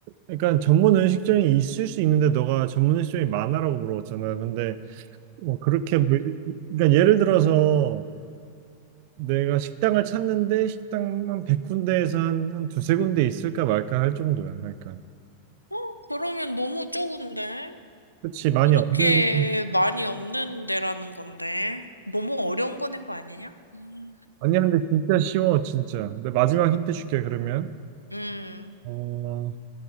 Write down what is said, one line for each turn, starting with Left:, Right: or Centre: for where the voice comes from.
Right: 그러니까 전문 음식점이 있을 수 있는데, 너가 전문 음식점이 많아라고 물어봤잖아. 근데, 뭐, 그렇게, 뭐, 그러니까 예를 들어서, 내가 식당을 찾는데, 식당만 100군데에서 한, 한 두세 군데 있을까 말까 할 정도야. 그러니까.
Left: 어, 그러면 너무 적은데?
Right: 그렇지, 많이
Left: 그렇게
Right: 없는.
Left: 많이 없는 데라는 건데. 너무 어려운 거낸 거 아니냐? 음.
Right: 아니야, 근데 진짜 쉬워, 진짜. 근데 마지막 힌트 줄게, 그러면.
Left: 음.
Right: 어,